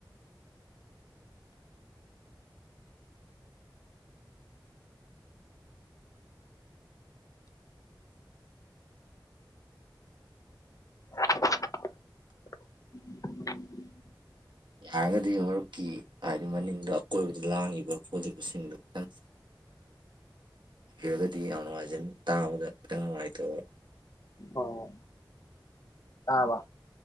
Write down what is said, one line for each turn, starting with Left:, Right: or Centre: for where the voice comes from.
Left: <unintelligible> <unintelligible>
Right: ꯌꯥꯔꯒꯗꯤ ꯍꯧꯔꯛꯀꯤ ꯍꯥꯏꯗꯤ ꯃꯅꯤꯡꯗ ꯑꯀꯣꯏꯕꯗ ꯂꯥꯡꯉꯤꯕ ꯈꯣꯠꯂꯤꯕꯁꯤꯡꯗꯨ ꯈꯤꯇꯪ ꯔꯒꯗꯤ ꯌꯥꯝ ꯅꯨꯡꯉꯥꯏꯖꯅꯤ ꯇꯥꯕꯗ ꯈꯤꯇꯪ ꯅꯨꯡꯉꯥꯏꯇꯕ
Left: ꯑꯣ ꯑꯥ ꯋꯥ